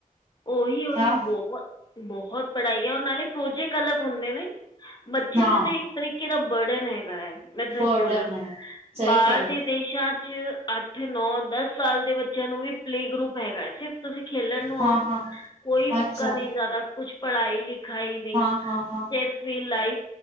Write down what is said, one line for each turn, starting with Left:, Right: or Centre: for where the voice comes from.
Left: ਓਹੀ ਉਹੀ
Right: ਹਾਂ
Left: ਬਹੁਤ ਬਹੁਤ ਪੜ੍ਹਾਈ ਆ ਉਹ ਨਾਲੇ ਪ੍ਰੋਜੈਕਟ ਅਲੱਗ ਹੁੰਦੇ ਨੇ ਬੱਚਿਆਂ
Right: ਹਾਂ
Left: ਦੇ ਤਾਂ ਇੱਕ ਤਰੀਕੇ ਦਾ ਬਰਡਨ ਹੈਗਾ। ਮੈਂ ਸੱਚ
Right: ਬਰਡਨ
Left: ਬੋਲਾਂ
Right: ਹੈ ਸਹੀ
Left: ਬਾਹਰ
Right: ਗੱਲ
Left: ਦੇ
Right: ਹੈ
Left: ਦੇਸ਼ਾਂ ਜੇ ਅੱਠ ਨੌ ਦਸ ਸਾਲ ਦੇ ਬੱਚਿਆਂ ਨੂੰ ਵੀ ਪਲੇ ਗਰੁੱਪ ਹੈਗਾ ਹੈ ਸਿਰਫ ਤੁਸੀਂ ਖੇਲਣ ਨੂੰ
Right: ਹਾਂ-ਹਾਂ
Left: ਆਓ। ਕੋਈ ਬੁੱਕਾਂ
Right: ਅੱਛਾ
Left: ਨਹੀਂ ਜਿਆਦਾ ਕੁਛ ਪੜ੍ਹਾਈ ਲਿਖਾਈ ਨਹੀਂ
Right: ਹਾਂ-ਹਾਂ-ਹਾਂ
Left: ਸਟ੍ਰੈਸ ਫ੍ਰੀ ਲਾਈਫ।